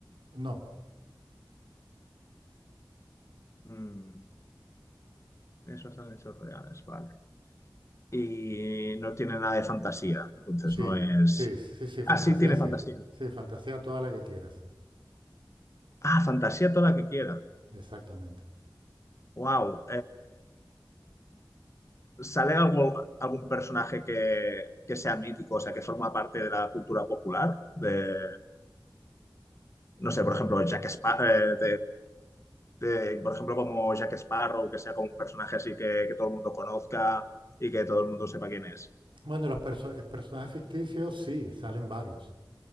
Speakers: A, on the right; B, on the left.
A: No,
B: Mm, es basada en hechos reales, vale. Y no tiene nada de fantasía, entonces
A: sí,
B: no es...
A: sí, sí, sí, fantasía
B: Ah, sí, tiene
A: sí.
B: fantasía.
A: Sí, fantasía toda la que quieras.
B: Ah, fantasía toda la que quiera.
A: Exactamente.
B: Wow. ¿sale algo, algún personaje que, que sea mítico, o sea, que forma parte de la cultura popular? De,
A: Eh,
B: no sé, por ejemplo, Jack Sparrow, de, por ejemplo, como Jack Sparrow, que sea como un personaje así que, que todo el mundo conozca y que todo el mundo sepa quién es.
A: bueno, los perso- eh, personajes ficticios sí, salen varios,